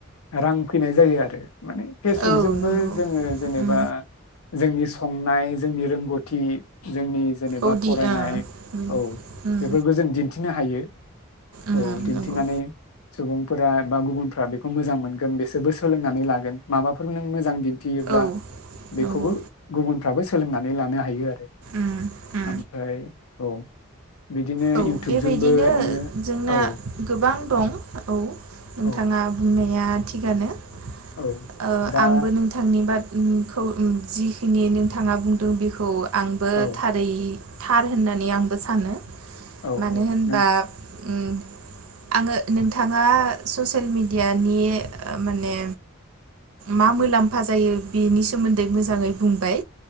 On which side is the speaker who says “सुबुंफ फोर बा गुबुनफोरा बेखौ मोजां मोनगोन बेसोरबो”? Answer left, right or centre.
Left